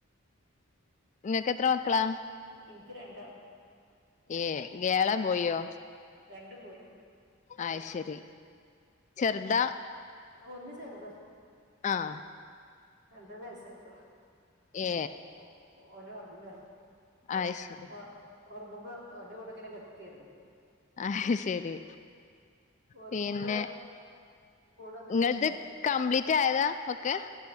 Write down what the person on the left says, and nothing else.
ഇങ്ങക്ക് എത്ര മക്കളാ
ഏ ഗേള ബോയ്യോ
അയ്ശെരി ചെർതാ
ആഹ
ഏ
അയ് ശരി
അഹ് ശരി
പിന്നെ
ങ്ങൾത്
കംബ്ലീറ്റ്ആയതാ ഒക്കെ?